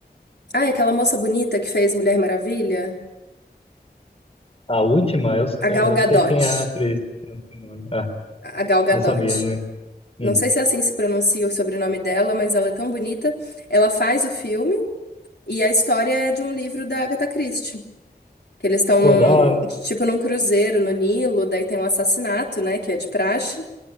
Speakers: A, on the left (about 80°); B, on the left (about 35°).
A: Ah, é aquela moça bonita que fez Mulher Maravilha?
B: A última, eu,
A: A
B: é,
A: Gal
B: eu
A: Gadot.
B: sei quem é a atriz. Eu não sei o nome. Ah,
A: A Gal Gadot.
B: não sabia, não. Hum.
A: Não sei se é assim que se pronuncia o sobrenome dela, mas ela é tão bonita. Ela faz o filme e a história é de um livro da Agatha Christie. Que eles estão
B: Pô,
A: num,
B: da hora.
A: tipo, num cruzeiro no Nilo, daí tem um assassinato, né, que é de praxe,